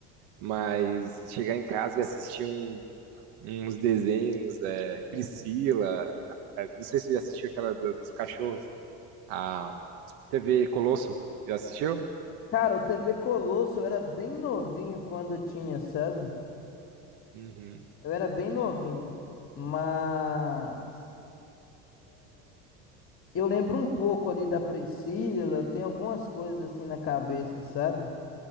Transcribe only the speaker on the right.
Mas chegar em casa e assistir um- uns desenhos, é, Priscila, é, não sei se você já assistiu aquela do- dos cachorros, a TV Colosso, já assistiu?
Uhum,